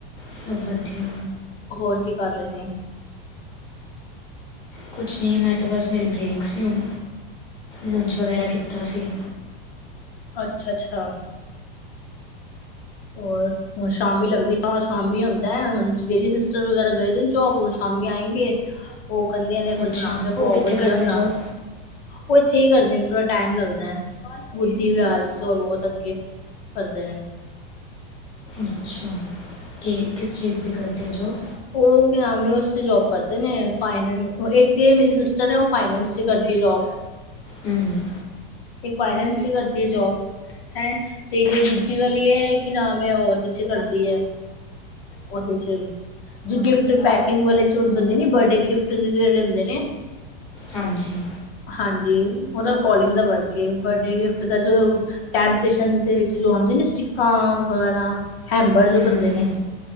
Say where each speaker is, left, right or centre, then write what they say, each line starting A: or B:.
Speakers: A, on the left; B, on the left.
A: ਸਭ ਵੱਧੀਆ।
B: ਹੋਰ ਕੀ ਕਰ ਰਹੇ ਸੀ।
A: ਕੁਛ ਨਹੀਂ ਮੈਂ ਤਾਂ ਬਸ ਮੇਰੀ ਬਰੇੇਕ ਸੀ ਹੁਣ ਲੰਚ ਵਗੈਰਾ ਕੀਤਾ ਸੀ।
B: ਅੱਛਾ- ਅੱਛਾ। ਹੋਰ ਹੁਣ ਸ਼ਾਮੀ ਲੱਗਦੀ ਸ਼ਾਮੀ ਆਉਦਾ ਹੁਣ ਮੇਰੀ ਸਿਸਟਰ ਵਗੈਰਾ ਗਏ ਦੇ ਨੇ ਜੋ ਹੁਣ ਸ਼ਾਮੀ ਆਏਗੇ। ਉਹ ਕੱਲੀਆਂ ਨੇ ਕੁਝ
A: ਅੱਛਾ
B: ਬਣਾ ਕੇ ਖਵਾਓ
A: ਉਹ ਕਿੱਥੇ
B: ਵਧੀਆ
A: ਕਰਦੇ
B: ਸਾਂ
A: ਜੋਬ
B: ਉਹ ਇੱਥੇ ਹੀ ਕਰਦੇ ਨੇ ਥੋੜਾ ਟਾਈਮ ਲੱਗਦਾ ਬੁੱਧੀ ਵਿਹਾਰ ਤੋਂ ਬਹੁਤ ਅੱਗੇ। ਕਰਦੇ ਨੇ।
A: ਅੱਛਾ ਕੀ ਕਿਸ ਚੀਜ਼ ਦੀ ਕਰਦੇ ਜੋਬ
B: <unintelligible> ਫਾਈਨੈਸ ਉਸ 'ਚ ਜੋਬ ਕਰਦੇ ਨੇ ਫਾਈਨਲ ਇੱਕ ਤਾਂ ਮੇਰੀ ਸਿਸਟਰ ਹੈ ਉਹ ਫਾਈਨਲਸ ' ਕਰਦੀ ਹੈ ਜੋਬ।
A: ਹੂੰ
B: ਇਹ ਫਾਈਨਲਸ ਚ ਕਰਦੀ ਜੋਬ ਹੈ ਤੇ ਹੋ ਜੋ ਦੂਜੀ ਵਾਲੀ ਹੈ ਕੀ ਨਾਮ ਇਹ ਹੋਰ ਚ ਕਰਦੀ ਏ। ਉਹਦੇ ਚ। ਗਿਫਟ ਪੈਕਿੰਗ ਵਾਲੇ ਚ ਬਦੇ ਨੇ ਬਰਡੇ ਗਿਫਟ ਜਿਹੜੇ ਹੁੰਦੇ ਨੇ
A: ਹਾਂਜੀ
B: ਹਾਂਜੀ ਉਹਦਾ ਕੋਲਿੰਗ ਦਾ ਵਰਕ ਅ ਬਰਡੇ ਗਿਫਟ ਦਾ ਜੋ। ਟਾਈਮ ਟੇਸ਼ਨ ਵਿੱਚ ਲਵਾਉਂਦੇ ਨੇ ਸਟਿਕਾਂ ਵਗੈਰਾ ਹੈਂਬਰ ਜੋ
A: ਹੂ
B: ਬਣਦੇ
A: ਹੂ
B: ਨੇ